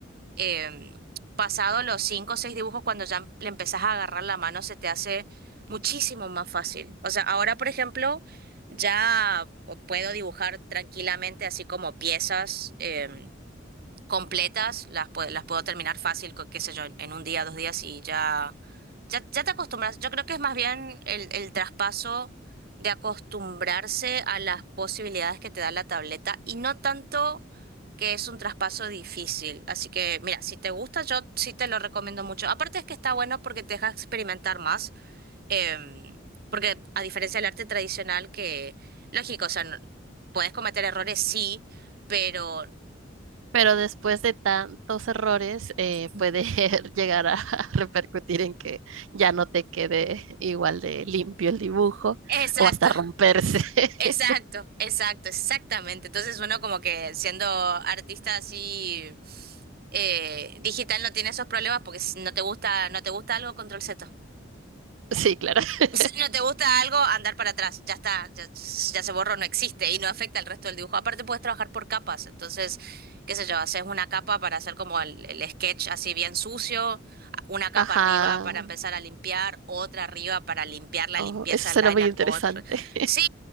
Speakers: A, on the right; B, on the right.
A: em, pasado los cinco o seis dibujos, cuando ya le empezás a agarrar la mano, se te hace muchísimo más fácil. O sea, ahora, por ejemplo, ya puedo dibujar tranquilamente así como piezas. em, completas, las, pue- las puedo terminar fácil, co- qué sé yo, en, en un día, dos días y ya, ya, ya te acostumbras. Yo creo que es más bien el, el traspaso de acostumbrarse a las posibilidades que te da la tableta y no tanto que es un traspaso difícil. Así que, mira, si te gusta, yo sí te lo recomiendo mucho. Aparte es que está bueno porque te deja experimentar más, em, porque a diferencia del arte tradicional que, lógico, o sea, no- puedes cometer errores, sí, pero... <clears throat>
B: pero después de tantos errores eh,
A: Mm.
B: puede <laughs> llegar a <laughs> repercutir en que ya no te quede igual de limpio el dibujo
A: Exacto,
B: o hasta romperse. <laughs>
A: Exacto, exacto, exactamente. Entonces uno como que siendo artista así eh, digital no tiene esos problemas porque si no te gusta, no te gusta algo, control Z.
B: Sí, claro. <laughs>
A: <laughs> No te gusta algo, andar para atrás. Ya está, ya, ya se borró, no existe y no afecta al resto del dibujo. Aparte, puedes trabajar por capas. Entonces, qué sé yo, haces una capa para hacer como el, el sketch así bien sucio, una capa
B: Ajá.
A: arriba para empezar a limpiar, otra arriba para limpiar la
B: Oh,
A: limpieza,
B: eso
A: el
B: suena
A: liner,
B: muy interesante.
A: otra. Sí,